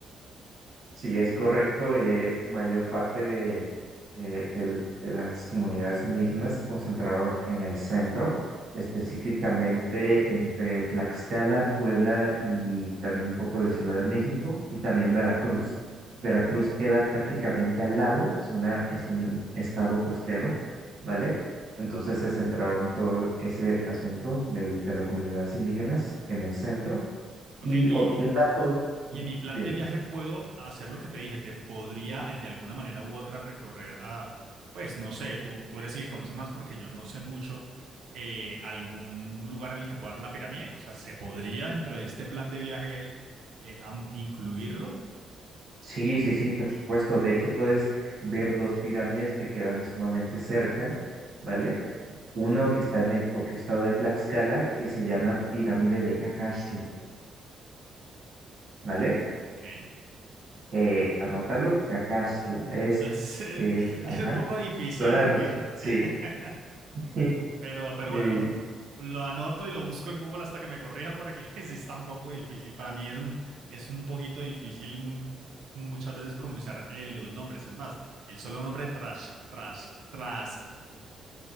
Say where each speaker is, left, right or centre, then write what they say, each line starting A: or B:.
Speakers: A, on the right; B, on the right.
A: Sí, es correcto. eh, mayor parte de, de, del- de las comunidades indígenas se concentraron en el centro, específicamente entre Tlaxcala, Puebla y también un poco de Ciudad de México y también Veracruz. Veracruz
B: Ok.
A: queda prácticamente al lado, es una, es un estado costero, ¿vale? Entonces se centraron todo ese asunto del- de las comunidades indígenas en el centro.
B: Ok,
A: Y
B: y,
A: ot- un dato,
B: y, y- y en mi plan
A: dime.
B: de viaje puedo hacer lo que te dije, te podría eh, de alguna manera u otra recorrer a, pues no sé, tú, tú eres el que conoce más porque yo no sé mucho, eh, algún lugar en el que pueda haber una pirámide, o sea, ¿se podría dentro de este plan de viaje eh, am- incluirlo?
A: Sí, sí, sí, por supuesto. De hecho, puedes ver dos pirámides que quedan sumamente cerca, ¿vale? Uno que está en el propio estado de Tlaxcala, que se llama Pirámide de Cacaxtla, ¿vale?
B: Ok. <laughs>
A: Eh, anótalo, Cacaxtla. Es,
B: Es, es
A: es, ajá,
B: un poco difícil
A: sonar,
B: porque <laughs>
A: sí. <laughs>
B: Pero, pero
A: Eh,
B: bueno, lo anoto y lo busco en Google hasta que me corrija porque <laughs> sí está un poco difícil. Para mí es un, es un poquito difícil mu- muchas veces pronunciar eh, los nombres. Es más, el solo nombre Trash, Trash, Trash,